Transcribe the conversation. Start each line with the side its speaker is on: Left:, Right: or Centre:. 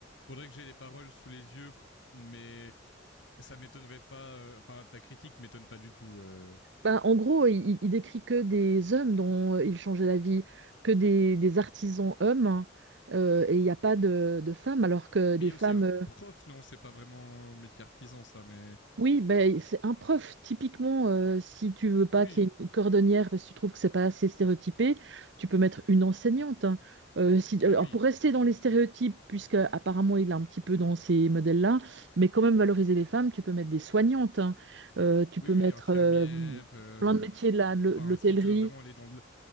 Left: faudrait que j'ai les paroles sous les yeux, mais ça m'étonnerait pas, heu, enfin ta critique m'étonne pas du tout, heu
Right: Ben, en gros, il, il il décrit que des hommes dont euh, il changeait la vie, que des, des artisans hommes, hein, euh, et il n'y a pas de, de femmes, alors que des
Left: Mais il y
Right: femmes.
Left: a aussi un
Right: euh,
Left: prof, non, c'est pas vraiment métier artisan ça, mais
Right: Oui, ben, c'est un prof, typiquement, euh, si tu veux pas
Left: oui,
Right: qu'il y ait une cordonnière parce que tu trouves que c'est pas assez stéréotypé, tu peux mettre une enseignante. hein. Euh, si, alors,
Left: ah oui,
Right: pour rester dans les stéréotypes, puisque apparemment il est un petit peu dans ces modèles-là, mais quand même valoriser les femmes, tu peux mettre des soignantes, hein. Euh, tu
Left: oui,
Right: peux
Left: oui,
Right: mettre
Left: infirmière.
Right: euh,
Left: euh,
Right: plein de métiers de la- de
Left: Enfin,
Right: l'hôtellerie.
Left: si tu veux vraiment aller dans le